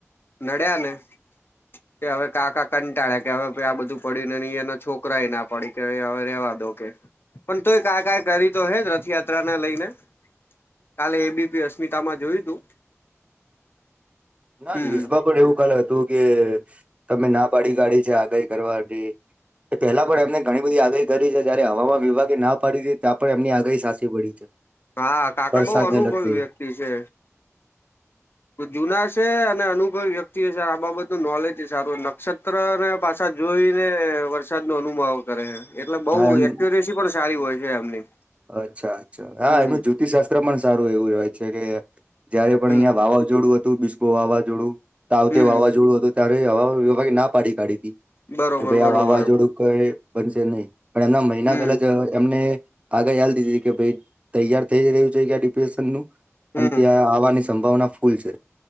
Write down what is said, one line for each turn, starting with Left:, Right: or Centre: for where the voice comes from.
Left: નડ્યા ને કે હવે કાકા કંટાળ્યા કે હવે આ બધું પડીને ની એના છોકરાય ના પડી કે હવે રેવા દો કે પણ તોય કાકા એ કરી તો હે રથયા ત્રાને લઈને કાલે એ બી પી અસ્મિતામાં જોયું તું
Right: ના
Left: હમ
Right: ન્યૂઝમાં પણ એવું કાલ હતું કે તમે ના પાડી કાઢી છે, આગાહી કરવાથી એ પેલા પણ એમને ઘણી બધી આગાહી કરી છે, જયારે હવામાન વિભાગે ના પાડી તી ત્યાં પણ એમની આગાહી સાચી પડી <inaudible>
Left: હા કાકા
Right: વરસાદને
Left: બો અનુભવી
Right: લગતી
Left: વ્યક્તિ છે. જુના છે, અને અનુભવ વ્યક્તિએ છે, આ બાબત નું નોલેજ સારું નક્ષત્ર ને પાછા જોઈ ને વરસાદ નો અનુમાવ કરે એટલે બઉ
Right: હા એમ
Left: એક્યુરેસી પણ સારી હોય છે, એમની
Right: અચ્છા અચ્છા હા
Left: હમ
Right: એનું જ્યોતિશાસ્ત્ર પણ સારું એવું હોય છે, કે જયારે પણ
Left: હમ
Right: અહંયા વાવા જોડું હતું બીસ્પો વાવાઝોડું તાવતે
Left: હમ
Right: વાવાઝોડું હતું ત્યારે હવા વિભાગે ના પાડી કાઢી તી
Left: બરોબર
Right: કે ભાઈ
Left: બરોબર
Right: આ વાવાઝોડું કઈ બનશે નહી પણ એમના મહિના
Left: હમ
Right: પેલા જ એમને આગહી યાલ દીધી કે ભાઈ તૈયાર થઈ જ રહ્યું છે, ક્યાં ડિપ્રેશનનું
Left: હમ
Right: અન ત્યાં આવાની સંભાવના ફૂલ છે.